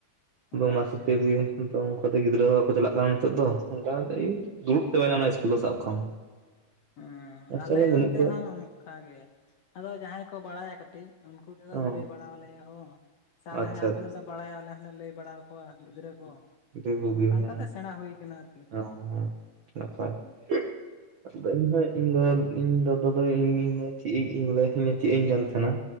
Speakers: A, on the right; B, on the left.
A: ᱟᱫᱚ
B: ᱟᱪᱪᱷᱟ
A: ᱚᱱᱟ ᱠᱷᱟᱹᱛᱤᱨ ᱜᱮ᱾ ᱚᱱᱠᱟ ᱚᱱᱠᱟ ᱛᱮ ᱜᱤᱫᱽᱨᱟᱹ ᱦᱚᱸ ᱵᱟᱠᱚ ᱪᱟᱞᱟᱜ ᱠᱟᱱᱟ ᱱᱤᱛᱚᱜ ᱫᱚ ᱚᱱᱠᱟ ᱫᱩᱲᱩᱵ ᱪᱟᱵᱟᱭ ᱮᱱᱟ ᱚᱱᱟ ᱤᱥᱠᱩᱞ ᱫᱚ ᱥᱟᱵ ᱠᱟᱢ᱾
B: ᱚᱸ
A: ᱢᱟᱥᱴᱟᱨ
B: ᱟᱞᱮ
A: ᱠᱚ ᱵᱟᱹᱱᱩᱜ
B: ᱚᱱᱛᱮ
A: ᱠᱚᱣᱟ
B: ᱦᱚᱸ ᱚᱱᱠᱟ ᱜᱮ᱾ ᱟᱫᱚ ᱡᱟᱦᱟᱸᱭ ᱠᱚ ᱵᱟᱲᱟᱭᱟ ᱠᱟᱹᱴᱤᱡ ᱩᱱᱠᱩ ᱜᱮ
A: ᱚ
B: ᱞᱟᱹᱭ ᱵᱟᱲᱟᱣ ᱞᱮᱭᱟ ᱦᱚᱸ᱾ ᱥᱮ
A: ᱟᱪᱪᱷᱟ
B: ᱟᱞᱮ ᱦᱚᱸ ᱡᱟᱦᱟᱸ ᱛᱤᱱᱟᱹᱜ ᱞᱮ ᱵᱟᱲᱟᱭᱟ ᱟᱞᱮ ᱦᱚᱸᱞᱮ ᱞᱟᱹᱭ ᱵᱟᱲᱟ ᱠᱚᱣᱟ ᱜᱤᱫᱽᱨᱟᱹ ᱠᱚ᱾
A: ᱟᱹᱰᱤ ᱵᱩᱜᱤ
B: ᱚᱱᱠᱟ
A: ᱦᱮᱸ
B: ᱚᱱᱠᱟᱛᱮ ᱥᱮᱬᱟ ᱦᱩᱭ ᱠᱟᱱᱟ ᱟᱨᱠᱤ᱾
A: ᱦᱮᱸ ᱦᱮᱸ <unintelligible> ᱤᱧ ᱫᱚ ᱤᱧ ᱫᱟᱫᱟ ᱫᱚ ᱤᱧ ᱪᱮᱫ ᱪᱮᱫ ᱤᱧ ᱠᱟᱱ ᱛᱟᱦᱮᱸᱱᱟ,